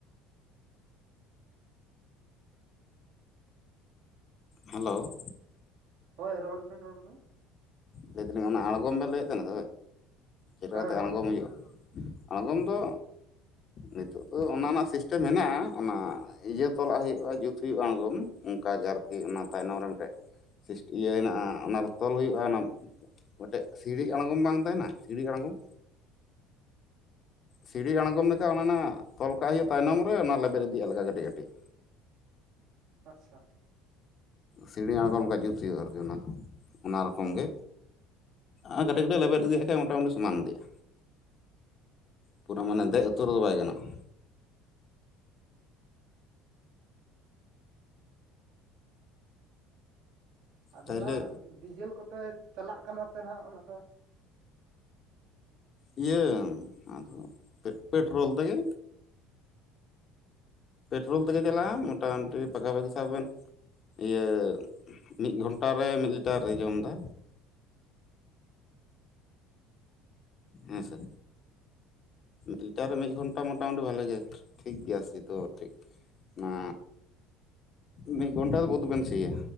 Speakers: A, on the left; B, on the right.
A: ᱦᱮᱞᱳ
B: ᱦᱳᱭ ᱨᱚᱲ ᱵᱮᱱ ᱨᱚᱲ ᱵᱮᱱ
A: ᱞᱟᱹᱭ ᱫᱟᱞᱤᱧ ᱚᱱᱟ ᱟᱬᱜᱚᱢ ᱵᱮᱱ ᱞᱟᱹᱭᱮᱫ ᱛᱟᱦᱮᱱᱟ ᱪᱮᱫ
B: ᱦᱮᱸ
A: ᱞᱮᱠᱟᱛᱮ
B: ᱦᱳᱭ
A: ᱟᱬᱜᱚᱢ ᱦᱩᱭᱩᱜᱼᱟ ᱟᱬᱜᱚᱢ ᱫᱚ ᱱᱤᱛᱳᱜ ᱫᱚ ᱚᱱᱟ ᱢᱟ ᱥᱤᱥᱴᱮᱢ ᱦᱮᱱᱟᱜᱼᱟ ᱚᱱᱟ ᱤᱭᱟᱹ ᱛᱚᱞᱟᱜ ᱦᱩᱭᱩᱜᱼᱟ ᱡᱩᱛ ᱦᱩᱭᱩᱜᱼᱟ ᱟᱬᱜᱚᱢ ᱚᱱᱠᱟ ᱜᱮ ᱟᱨᱠᱤ ᱚᱱᱟ ᱛᱟᱭᱱᱚᱢ ᱨᱮ ᱢᱤᱫᱴᱮᱡ ᱤᱭᱟᱹ ᱦᱮᱱᱟᱜᱼᱟ ᱚᱱᱟᱨᱮ ᱛᱚᱞ ᱦᱩᱭᱩᱜᱼᱟ ᱚᱱᱟ ᱢᱤᱫᱴᱮᱱ ᱥᱤᱲᱤ ᱟᱬᱜᱚᱢ ᱵᱟᱝ ᱛᱟᱦᱮᱱᱟ ᱥᱤᱲᱤ ᱟᱲᱬᱜᱚᱢ ᱥᱤᱲᱤ ᱟᱬᱜᱚᱢ ᱞᱮᱠᱟ ᱚᱱᱟ ᱨᱮᱱᱟᱜ ᱛᱚᱞ ᱠᱟᱜ ᱦᱩᱭᱩᱜ ᱛᱟᱭᱱᱚᱢ ᱨᱮ ᱚᱱᱟ ᱞᱮᱵᱮᱫ ᱤᱫᱤᱭᱟᱜ ᱟᱞᱜᱷᱟ ᱠᱟᱹᱴᱤᱡ ᱠᱟᱹᱴᱤᱡ
B: ᱟᱪᱪᱷᱟ
A: ᱥᱤᱲᱤ ᱟᱬᱜᱚᱢ ᱞᱮᱠᱟ ᱡᱩᱛ ᱦᱩᱭᱩᱜᱼᱟ ᱟᱨᱠᱤ ᱚᱱᱟ ᱫᱚ ᱚᱱᱟ ᱨᱚᱠᱚᱢ ᱜᱮ ᱟᱨ ᱠᱟᱹᱴᱤᱡ ᱠᱟᱹᱴᱤᱡ ᱞᱮᱵᱮᱫ ᱤᱫᱮᱜ ᱠᱷᱟᱡ ᱢᱚᱴᱟᱢᱩᱴᱤ ᱥᱚᱢᱟᱱ ᱤᱫᱤᱜᱼᱟ ᱯᱩᱨᱟᱹ
B: ᱟᱪᱪᱷᱟ
A: ᱢᱟᱱᱮ ᱫᱮᱡ
B: ᱟᱪᱪᱷᱟ
A: ᱩᱛᱚᱨ ᱦᱟ ᱵᱟᱭ ᱜᱟᱱᱚᱜᱼᱟ
B: ᱟᱫᱚ
A: ᱛᱟᱦᱚᱞᱮ
B: ᱱᱟᱜ ᱰᱤᱡᱮᱞ ᱠᱚᱛᱮ ᱪᱟᱞᱟᱜ ᱠᱟᱱᱟ ᱥᱮ ᱦᱱᱟᱜ ᱚᱱᱟ ᱫᱚ
A: ᱤᱭᱟᱹ ᱟᱫᱚ ᱯᱮᱴᱨᱳᱞ ᱛᱮᱜᱮ ᱯᱮᱴᱨᱳᱞ ᱛᱮᱜᱮ ᱪᱟᱞᱟᱜᱼᱟ ᱢᱚᱴᱟᱢ ᱢᱩᱩᱴᱤ ᱯᱟᱠᱟᱷᱟ ᱯᱟᱠᱤ ᱥᱟᱵ ᱵᱮᱱ ᱤᱭᱟᱹ ᱢᱤᱫ ᱜᱷᱚᱱᱴᱟ ᱨᱮ ᱢᱤᱫ ᱞᱤᱴᱟᱨ ᱨᱮ ᱡᱚᱢ ᱮᱫᱟ ᱦᱮᱸ ᱥᱮ ᱢᱤᱫᱴᱟᱨ ᱨᱮ ᱢᱤᱫ ᱜᱷᱚᱱᱴᱟ ᱢᱳᱴᱟᱢᱩᱴᱤ ᱵᱷᱟᱞᱮ ᱜᱮ। ᱴᱷᱤᱠ ᱜᱮᱭᱟ ᱥᱤ ᱛᱚ ᱴᱷᱤᱠ। ᱚᱱᱟ ᱢᱤᱫ ᱜᱷᱚᱱᱴᱟ ᱫᱚ ᱵᱟᱹᱫ ᱵᱮᱱ ᱥᱤᱭᱟ।